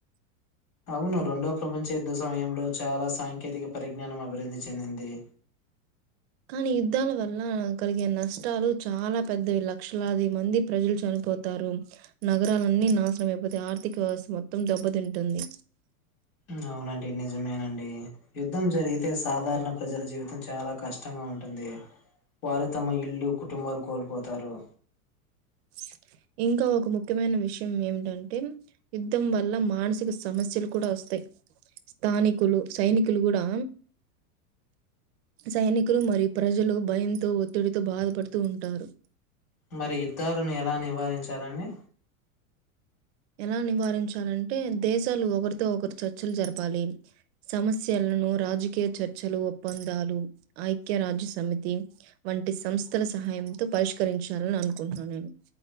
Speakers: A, on the left (about 70°); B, on the right (about 45°).
A: అవును రెండో ప్రపంచ యుద్ధ సమయంలో, చాలా సాంకేతిక పరిజ్ఞానం అభివృద్ధి చెందింది.
B: కాని యుద్ధాల వల్ల కలిగే నష్టాలు చాలా పెద్దవి. లక్షలాది మంది ప్రజలు చనిపోతార్. ఉమ్ నగరాలన్నీ నాశనమైపోతాయి, ఆర్థిక వ్యవస్థ మొత్తం దెబ్బతింటుంది.
A: ఉమ్ అవునండి నిజమేనండి. యుద్ధం జరిగితే సాధారణ ప్రజల జీవితం చాలా, కష్టంగా ఉంటుంది. వారు తమ ఇల్లు, కుటుంబాలు కోల్పోతారు.
B: అ ఇంకా ఒక ముఖ్యమైన విషయం ఏమిటంటే, యుద్ధం వల్ల మానసిక సమస్యలు కూడా ఓస్తాయి. స్థానికులు, సైనికులు గుడా సైనికులు మరియు ప్రజలు భయంతో, ఒత్తిడితో బాధపడుతూ ఉంటారు.
A: మరి యుద్ధాలను ఎలా నివారించాలండి.
B: ఎలా నివారించాలంటే, దేశాలు ఒకరితో ఒకరు చర్చలు జరపాలి. సమస్యలను రాజకీయ చర్చలు, ఒప్పందాలు, ఐక్య రాజ్య సమితి వంట్ వంటి సంస్థల సహాయంతో, పరిష్కరించాలని అనుకుంటున్నాను నేను.